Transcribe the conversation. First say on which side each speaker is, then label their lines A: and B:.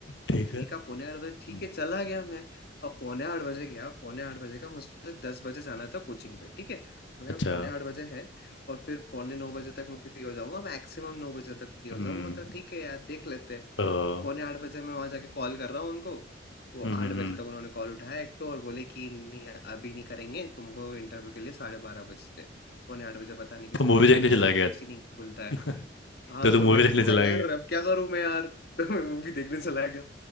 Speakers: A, on the left; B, on the left.
A: ठीक
B: मैंने
A: है
B: कहा पौने आठ
A: हम्म,
B: बजे ठीक है चला गया मैं अब पौने आठ बजे गया पौने आठ बजे का मुझे दस बजे जाना था कोचिंग पे ठीक है मैंने
A: अच्छा
B: कहा पौने आठ बजे है और फिर पौने नौ बजे तक मैं फ्री हो जाऊंगा मैक्सिमम नौ बजे तक फ्री हो
A: हम्म
B: जाऊंगा तो ठीक है यार देख लेते हैं
A: तो
B: पौने आठ बजे मैं वहां जाके कॉल कर रहा हूँ उनको वो
A: हम्म
B: आठ
A: हम्म,
B: बजे
A: हम्म,
B: तक उन्होंने कॉल उठाया एक तो और बोले कि नहीं अभी नहीं करेंगे तुमको इंटरव्यू के लिए साढ़े बारह बजे पौने आठ बजे पता नहीं किसने
A: तो मूवी
B: बोला
A: देखने
B: तुमको
A: चला
B: ऑफिस
A: गया
B: ही नहीं खुलता
A: था
B: है
A: <laughs>
B: हाँ
A: तो तू
B: तो
A: मूवी
B: मैंने
A: देखने
B: कहा
A: चला
B: यार
A: गया
B: अब क्या करूं मैं यार <laughs> तो मैं मूवी देखने चला गया